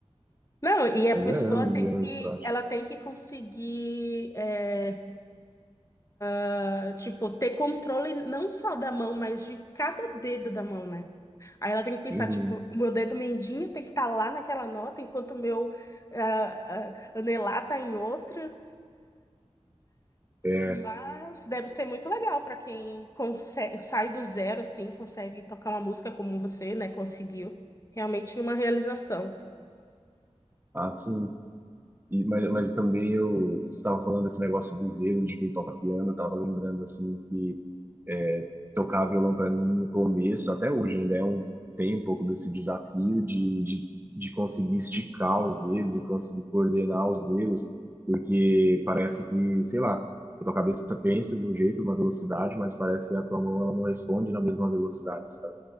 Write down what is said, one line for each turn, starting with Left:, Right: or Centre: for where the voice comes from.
Left: Não, e a
Right: Mas
Left: pessoa
Right: é anos
Left: tem
Right: e anos
Left: que,
Right: de prática.
Left: ela tem que conseguir, é, ah, tipo, ter controle não só da mão, mas de cada dedo da mão, né? Aí ela tem que pensar,
Right: Uhum.
Left: tipo, o meu dedo mindinho tem que estar lá naquela nota, enquanto o meu ah, ah, anelar tá em outra.
Right: É,
Left: Mas deve ser muito legal para quem consegue, sai do zero assim, consegue tocar uma música como você, né? Conseguiu. Realmente uma realização.
Right: assim. E, mas, mas também eu estava falando desse negócio dos dedos, de quem toca piano, eu estava lembrando assim que é, tocar violão para mim no começo, até hoje ainda é um, tem um pouco desse desafio de, de, de conseguir esticar os dedos e conseguir coordenar os dedos, porque parece que, sei lá, a tua cabeça pensa de um jeito, uma velocidade, mas parece que a tua mão ela não responde na mesma velocidade, sabe?